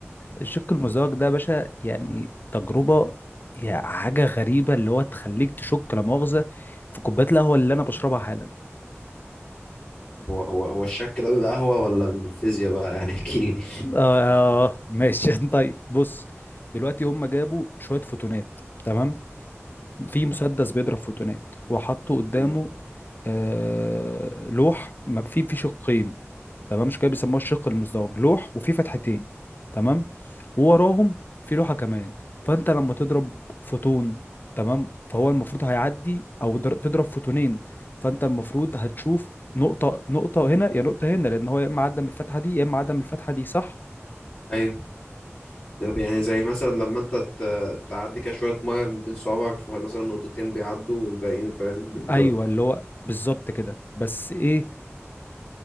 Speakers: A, on the left; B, on the left.
A: الشق المزدوج ده يا باشا يعني تجربة يعني حاجة غريبة اللي هو تخليك تشك لا مؤاخذة في كوباية القهوة اللي أنا بشربها حالا
B: هو هو هو الشك ده من القهوه ولا من الفيزياء بقى يعني احكي لي
A: آه ماشي <laughs> طيب بص دلوقتي هم جابوا شوية فوتونات تمام في مسدس بيضرب فوتونات وحطوا قدامه
B: <laughs>
A: آه لوح ما- في في شقين تمام مش كده بيسموها الشق المزدوج لوح وفي فتحتين تمام ووراهم في لوحة كمان فانت لما تضرب فوتون تمام فهو المفروض هيعدي او در- تضرب فوتونين فانت المفروض هتشوف نقطة نقطة هنا يا نقطة هنا لان هو يا اما عدى من الفتحة دي يا اما عدى من الفتحة دي صح
B: ايوه ده يعني زي مثلا لما انت ت- تعدي كده شويه ميه من بين صوابعك فمثلا نقطتين بيعدوا والباقيين فاهم بيفضلوا
A: ايوه اللي هو بالظبط كده بس ايه